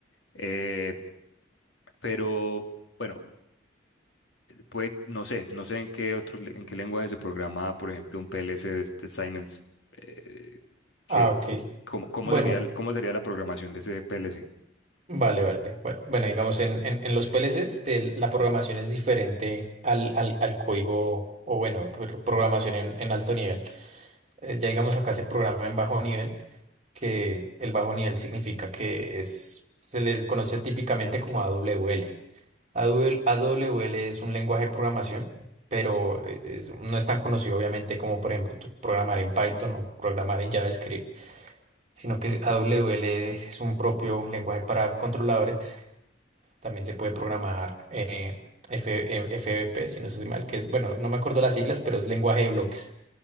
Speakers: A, on the left; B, on the right.
A: Eh, pero bueno, puede, no sé, no sé en qué otro, le- en qué lenguaje se programa, por ejemplo, un PLC de, de Siemens, eh, que,
B: ah, ok.
A: cómo, cómo
B: Bueno,
A: sería, el- cómo sería la programación de ese PLC.
B: vale, vale. Bueno, bueno, digamos, en, en, en los PLCs el- la programación es diferente al, al, al código, o bueno, pro- programación en en alto nivel. eh, ya digamos acá se programa en bajo nivel, que el bajo nivel significa que es, se le conoce típicamente como A W L. A W L AWL. W L es un lenguaje de programación, pero eh, es- no es tan conocido obviamente como por ejemplo tú programar en Python o programar en JavaScript, sino que A W L es un propio lenguaje para controladores. También se puede programar eh, F- eh, F B P si no estoy mal, que es, bueno, no me acuerdo las siglas, pero es lenguaje de bloques.